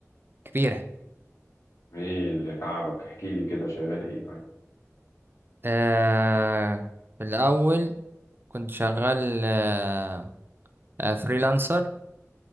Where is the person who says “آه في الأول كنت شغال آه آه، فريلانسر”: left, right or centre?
Right